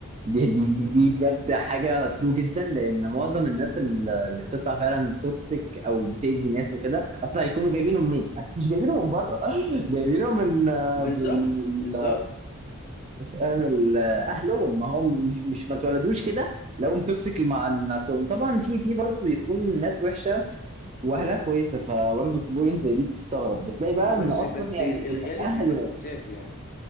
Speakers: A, on the right; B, on the left.
A: دي دي دي دي بجد حاجه ترو جدا لان معظم الناس ال- اللي بتطلع فعلا توكسيك او بتأذي ناس وكده اصلا هيكونوا جايبينه منين؟ <laughs> اكيد مش جايبينه من بره <laughs> جايبينه من آه،
B: بالظبط
A: من من ال-
B: بالظبط
A: فاهم ال- اهلهم ما هم مش مش ما اتولدوش كده لقوهم توكسيك مع الناس طبعا في في برضه بيكون ناس وحشه واهلها كويسه فبرضه في بوينت زي دي بتستغرب بتلاقي بقى
B: اه
A: ان
B: بس
A: اصلا
B: بس
A: يعني
B: الغالب
A: الاهل
B: بيبقى اكتساب يعني